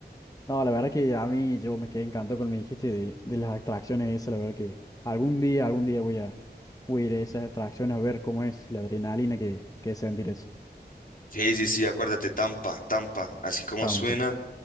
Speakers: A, on the left; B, on the left.
A: No, la verdad que a mí yo me quedé encantado con lo que me dijiste de, de las atracciones esas. La verdad que algún día, algún día voy a, voy a ir a esas atracciones a ver cómo es la adrenalina que, que es sentir eso.
B: Sí, sí, sí, acuérdate, Tampa, Tampa, así como
A: Tampa.
B: suena.